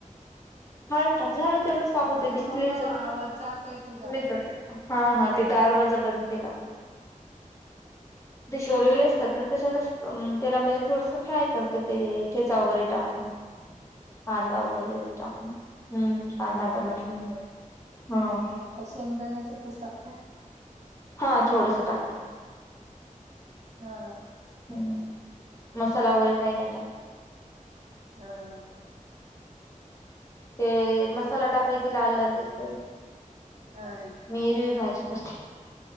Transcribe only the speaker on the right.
आलू
नको आवाज
जातोय तुझा
हं
हो
मग का शेंगदाण्याच कुट टाकता?
हा
हा
हा